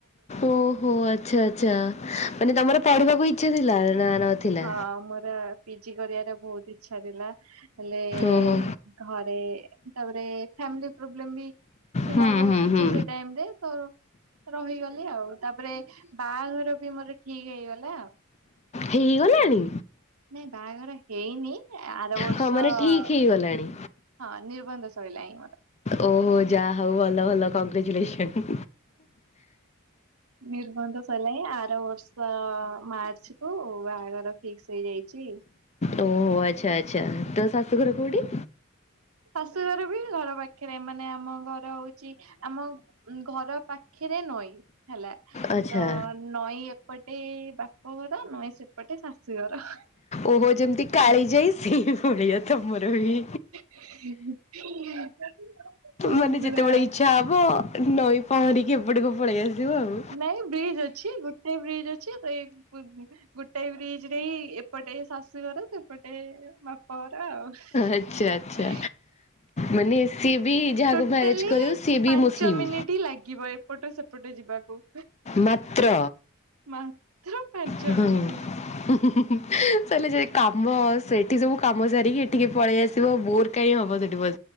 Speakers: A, on the left (about 30°); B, on the right (about 85°).
A: ଓହୋ ଆଚ୍ଛା ଆଚ୍ଛା ମାନେ ତମର ପଢିବାକୁ ଇଚ୍ଛା ଥିଲା ନା ନଥିଲା?
B: ହଁ ମୋର ପିଜି କରିବାର ବହୁତୁ ଇଚ୍ଛା ଥିଲା ହେଲେ
A: ଓହୋ
B: ଘରେ ତାପରେ ଫାମିଲି ପ୍ରବ୍ଲେମ ବି ଥିଲା
A: ହୁଁ
B: ବହୁତୁ
A: ହୁଁ
B: କିଛି
A: ହୁଁ
B: ସେ ଟାଇମରେ ତ ରହିଗଲି ଆଉ ତାପରେ ବାଆଘର ବି ମୋର ଠିକ ହେଇଗଲା।
A: ହେଇଗଲାଣି।
B: ନାଇଁ ବାହାଘର ହେଇନି ଆର ବର୍ଷ
A: ହଁ ମାନେ
B: ଅ
A: ଠିକ୍ ହେଇଗଲାଣି।
B: ହଁ ନିର୍ବନ୍ଧ ସଇଲାଇ ମୋର।
A: ଓହୋ ଯାହା ହଉ ଭଲ ଭଲ କଂଗ୍ରେଚୁଲେସନ
B: ନିର୍ବନ୍ଧ ସରିଲାଣି, ଆର ବର୍ଷ ମାର୍ଚ୍ଚ କୁ ବାହାଘର ଫିକ୍ସ ହେଇଯାଇଛି।
A: ଓହୋ ଆଚ୍ଛା ଆଚ୍ଛା ତ ଶାଶୂଘର କୋଉଠି?
B: ଶାଶୁଘର ବି ଘର ପାଖରେ ମାନେ ଆମ ଘର ହଉଛି ଆମ ଅ ଘର ପାଖରେ ନଈ। ହେଲା
A: ଆଚ୍ଛା
B: ତ ନଈ ଏପଟେ ବା ପ ଘର ନଈଁ ସେପଟେ ଶାଶୁଘର।
A: ଓହୋ ଯେମିତି କାଳି ଯାଇ ସେଇ ଭଳିଆ ତମର ବି
B: <inaudible> ହ
A: ମାନେ
B: ପୂରା।
A: ଯେତେବେଳେ ଇଚ୍ଛା ହବ ନଈ ପହଁରିକି ଏପଟି ପଳେଇ ଆସିବ ଆଉ।
B: ନାଇଁ ବ୍ରିଜ୍ ଅଛି ଗୋଟେ ବ୍ରିଜ୍ ଅଛି। ସେ ଗୋ ଗୋଟେଏ ବ୍ରିଜ ରେ ହି ଏପଟେ ଶାଶୁଘର ସେପଟେ ବାପଘର। ତ ଆଉ।
A: ଆଚ୍ଛା ଆଚ୍ଛା ମାନେ ସିଏ ବି ଯାହାକୁ
B: ଟୋଟାଲି
A: ମ୍ୟାରେଜ କରିବ ସିଏ ବି
B: ପାଞ୍ଚ
A: ମୁସଲିମ୍।
B: ମିନିଟ୍ ଲାଗିବ ଏପଟ ସେ ପଟେ ଯିବାକୁ।
A: ମାତ୍ର।
B: ମାତ୍ର ପାଞ୍ଚ
A: <unintelligible>
B: ମିନିଟ୍।
A: କାମ। ସେଠି ସବୁ କାମ ସାରିକି ଏଠିକି ପଳେଇ ଆସିବ। ବୋର୍ କାହିଁ ହବ ସେଠି ବସ